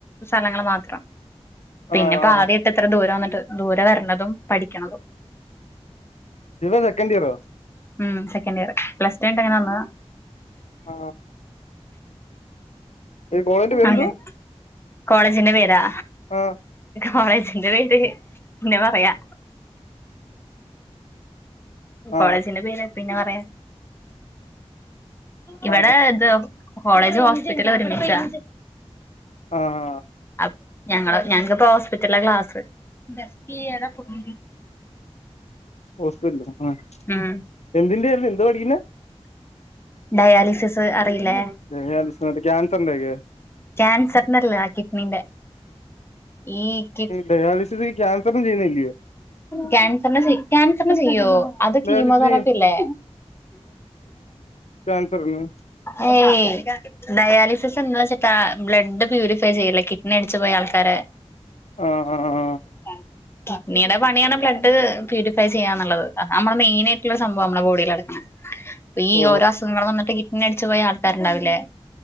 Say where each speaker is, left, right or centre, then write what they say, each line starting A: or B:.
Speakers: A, on the left; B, on the left.
A: സ്ഥലങ്ങൾ മാത്രം പിന്നെപ്പ
B: ആ ആ ആ
A: ആദ്യമായിട്ട് ഇത്ര ദൂരം വന്നിട്ട് ദൂരെ വരണതും പഠിക്കണതും
B: നീ ഇപ്പൊ സെക്കൻഡ്ഇയർ ഓ
A: ഉ സെക്കന്റ്ഇയർ പ്ലസ് ടു കഴിഞ്ഞിട്ടങ്ങനെ വന്നതാ
B: ആ ഈ കോളേജിന്റെ പേരെന്തുവാ
A: അെ കോളേജിന്റെ പേരാ
B: ആ
A: കോളേജിന്റെ പേര് പിന്നെ പറയാ
B: ആ
A: കോളേജിന്റെ പേര് പിന്നെ പറയാ ഇവിടെ
B: ആ ആ
A: ഇത് കോളേജ് ഹോസ്പിറ്റല് ഒരുമിച്ചാ
B: ആഹ
A: അ ഞങ്ങള് ഞങ്ങക്ക്പ്പോ ഹോസ്പിറ്റലില ക്ലാസ് <unintelligible>
B: ഹോസ്റ്റൽ ആ
A: ഉം
B: എന്തിന്റരുന്നു എന്തോ പഠിക്കുന്നെ
A: ഡയാലിസിസ് അറിയില്ലേ
B: ഡയാലിസിസ് മറ്റേ ക്യാൻസറിന്റെ ഒക്കെ
A: കേൻസർനുള്ള കിഡ്‌നി ന്റെ ഈ കിഡ്‌നി
B: ഡയാലിസിന് ക്യാൻസറും ചെയ്യുന്നി ല്ലയോ
A: ക്യാൻ ക്യാൻസർന്നെ ചെയ്യോ അത് കീമോ
B: ഡയാലിസിസ്
A: തെറാപ്പില്ലേ
B: ചെയ് ചാൻസർ ന്
A: ഏ യ്‌ ഡയാലിസ്സ സ് താ ബ്ലഡ് പ്യൂരിഫൈ ചെയ്യില്ലേ കിഡ്നി അടിച്ച് പോയ ആൾക്കാരെ
B: ആഹ്ആഹ് ആഹ്
A: അ കിഡനിയുടെ പണിയാണ് ബ്ലഡ് പ്യൂരിഫൈ ചെയ്യാന്നുള്ളത് നമ്മള് മെയിനായിട്ടുള്ള സംഭവ നമ്മുടെ ബോഡില്ടുക്കണത് ഹലോ ഈ
B: ഓ
A: ഓരോ അസുഖങ്ങൾ വന്നിട്ട് കിഡ്‌നി അടിച്ചു പോയ ആൾക്കാരുണ്ടാവില്ലേ